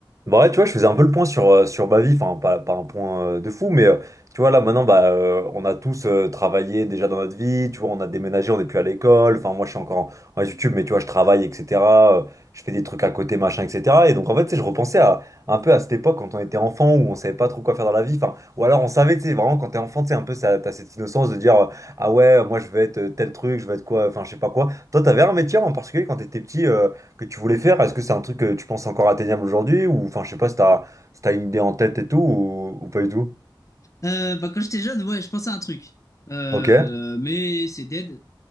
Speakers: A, on the right; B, on the left.
A: Bah ouais, tu vois, je faisais un peu le point sur, euh, sur ma vie, enfin pas, pas un point euh, de fou, mais euh, tu vois, là maintenant, bah, euh, on a tous euh, travaillé déjà dans notre vie, tu vois, on a déménagé, on n'est plus à l'école, enfin moi je suis encore en, en YouTube, mais tu vois, je travaille, etc. euh, je fais des trucs à côté, machin, etc. Et donc en fait, tu sais, je repensais à, un peu à cette époque quand on était enfant, où on savait pas trop quoi faire dans la vie, enfin, ou alors on savait, tu sais, vraiment quand t'es enfant, tu sais, un peu, ça- t'as cette innocence de dire, euh, ah ouais, moi je vais être euh, tel truc, je vais être quoi, enfin je sais pas quoi. Toi, t'avais un métier en particulier quand t'étais petit, euh, que tu voulais faire? Est-ce que c'est un truc que tu penses encore atteignable aujourd'hui? Ou enfin, je sais pas si t'as, si t'as une idée en tête et tout, ou, ou pas du tout.
B: Euh, bah, quand j'étais jeune, ouais, je pensais à un truc. Euh,
A: Ok.
B: mais c'est Dead.